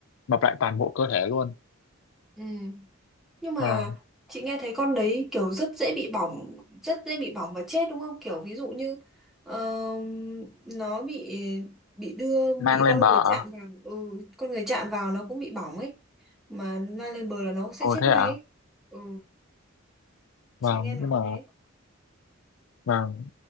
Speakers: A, on the left; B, in the centre.
A: mập lại toàn bộ cơ thể luôn
B: Ừ. Nhưng mà
A: vâng
B: chị nghe thấy con đấy kiểu rất dễ bị bỏng, rất dễ bị bỏng và chết đúng không? Kiểu ví dụ như ờ, nó bị bị đưa bị
A: mang lên
B: con
A: bờ
B: người chạm vào, ừ, con người chạm vào nó cũng bị bỏng ấy. Mà la lên bờ là nó sẽ
A: ồ
B: chết
A: thế
B: ngay
A: ạ
B: ấy. Ừ, chị
A: vâng
B: nghe nói
A: nhưng mà
B: thế.
A: vâng